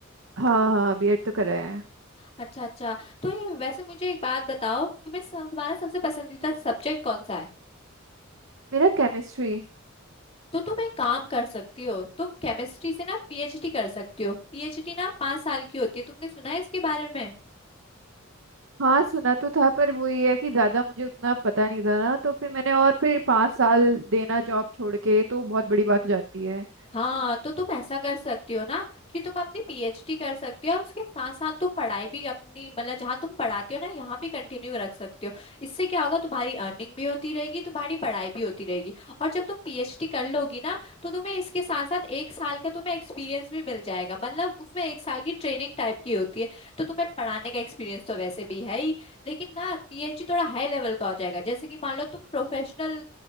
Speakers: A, on the right (about 65°); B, on the left (about 30°).
A: हाँ हाँ बीएड तो करा है
B: अच्छा अच्छा तो ये वैसे मुझे एक बात बताओ तुम्हें सब, तुम्हारा सबसे पसंदीदा सब्जेक्ट कौन सा है
A: मेरा केमिस्ट्री
B: तो तुम एक काम कर सकती हो तुम केमिस्ट्री से ना पीएचडी कर सकती हो पीएचडी ना पाँच साल की होती है तुमने सुना है इसके बारे में
A: हाँ सुना तो था पर वो ये है कि ज़्यादा मुझे उतना पता नहीं था ना तो फिर मैंने और फिर पाँच साल देना जॉब छोड़ के तो बहुत बड़ी बात हो जाती है
B: हाँ तो तुम ऐसा कर सकती हो ना कि तुम अपनी पीएचडी कर सकती हो और उसके साथ साथ तुम पढ़ाई भी अपनी मतलब जहाँ तुम पढ़ाती हो ना यहाँ भी कंटिन्यू रख सकती हो इससे क्या होगा तुम्हारी अर्निंग भी होती रहेगी तुम्हारी पढ़ाई भी होती रहेगी और जब तुम पीएचडी कर लोगी ना तो तुम्हें इसके साथ साथ एक साल का तुम्हें एक्सपीरियंस भी मिल जाएगा मतलब उसमें एक साल की ट्रेनिंग टाइप की होती है तो तुम्हें पढ़ाने का एक्सपीरियंस तो वैसे भी है ही लेकिन ना पीएचडी थोड़ा हाई लेवल का हो जाएगा जैसे कि मान लो तुम प्रोफेशनल